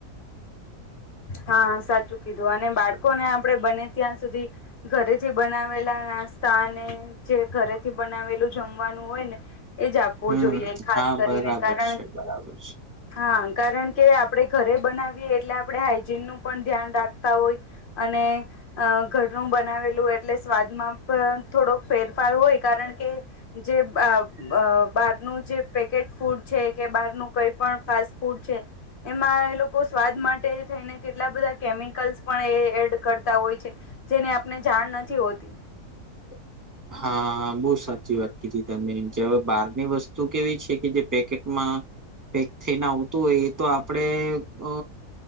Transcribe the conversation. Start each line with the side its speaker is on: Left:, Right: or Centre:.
Left: હા સાચું કીધું અને બાળ કોને આપણે બને ત્યાં સુધી ઘરે જે બનાવેલા નાસ્તાને જે ઘરેથી બનાવેલું જમવાનું હોય ને એ જ આપવું
Right: હમ
Left: જોઈએ ખાસ
Right: હા
Left: કરીને
Right: બરાબર
Left: કારણ
Right: છે બરાબર છે.
Left: હા કારણ કે આપણે ઘરે બનાવીએ એટલે આપણે હાઈજીન નું પણ ધ્યાન રાખતા હોય અને અ ઘરનું બનાવેલું એટલે સ્વાદમાં પણ થોડોક ફેરફાર હોય કારણ કે જે બ અ બારનું જે પેકેટ ફૂડ છે કે બહારનું કઈ પણ ફાસ્ટ ફૂડ છે. એમાં એ લોકો સ્વાદ માટે થઈને કેટલા બધા કેમિકલ્સ પણ એ એડ કરતા હોય છે. જેને આપને જાણ નથી હોતી.
Right: <inaudible> હા બહુ સાચી વાત કીધી તમે જે બહારની વસ્તુ કેવી છે કે જે પેકેટમાં પેક થઈને આવતું હોય એ તો આપડે અ